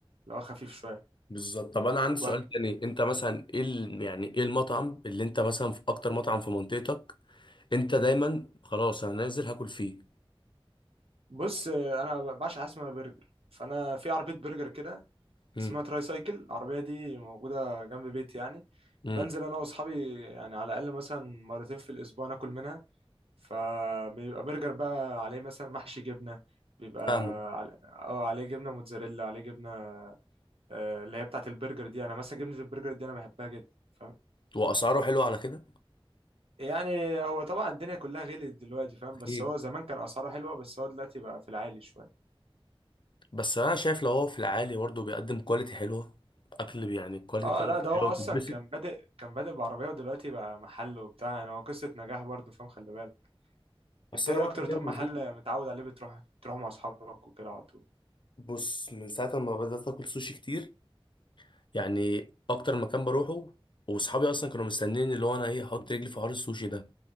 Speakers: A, on the right (about 75°); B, on the left (about 55°).
A: لو خفيف شويه
B: بالظبط طب انا عندي
A: وب...
B: سؤال تاني انت مثلا ايه ال- يعني ايه المطعم اللي انت مثلا في اكتر مطعم في منطقتك انت دايما خلاص انا نازل هاكل فيه
A: بص انا بعشق حاجه اسمها برجر فانا في عربيه برجر كده
B: امم
A: اسمها تراي سايكل العربيه دي موجوده جنب بيتي يعني
B: امم
A: بنزل انا واصحابي يعني على الاقل مثلا مرتين في الاسبوع ناكل منها فبيبقى برجر بقى عليه مثلا محشي جبنة بيبقى
B: فاهمك
A: على- أو عليه جبنة موتزاريلا عليه جبنة آه، اللي هي بتاعة البرجر دي أنا مثلا جبنة البرجر دي أنا بحبها جدا فاهم
B: واسعاره حلوه على كده
A: يعني هو طبعا الدنيا كلها غلت دلوقتي فاهم
B: اكيد
A: بس هو زمان كان أسعاره حلوة بس هو دلوقتي بقى في العالي شوية
B: بس انا شايف لو هو في العالي برضه بيقدم كواليتي حلوه اكل يعني الكواليتي
A: اه
B: بتاعته
A: لا ده هو
B: حلوه وتتبسط
A: أصلا كان بادئ كان بادئ بعربية ودلوقتي بقى محل وبتاع يعني هو قصة نجاح برضه فاهم خلي بالك
B: اصل
A: انت ايه
B: انا
A: أكتر
B: بقى ليا
A: طب محل
B: منظور
A: متعود عليه بتروح بتروح مع أصحابك وكده على طول
B: بص من ساعه ما بدات اكل سوشي كتير يعني اكتر مكان بروحه واصحابي اصلا كانوا مستنيين اللي هو انا ايه احط رجلي في حوار السوشي ده